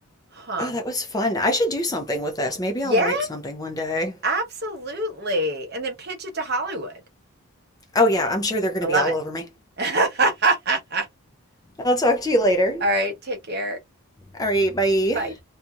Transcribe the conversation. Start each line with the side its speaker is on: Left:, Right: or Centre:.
Right: Huh.
Left: Oh, that was fun. I should do something with this. Maybe
Right: Yeah,
Left: I'll write something one day.
Right: absolutely. And then pitch it to Hollywood.
Left: Oh yeah, I'm sure they're going
Right: I
Left: to
Right: love
Left: be all
Right: it.
Left: over me.
Right: <laughs>
Left: I'll talk to you later.
Right: All right. Take care.
Left: All right, bye.
Right: Bye.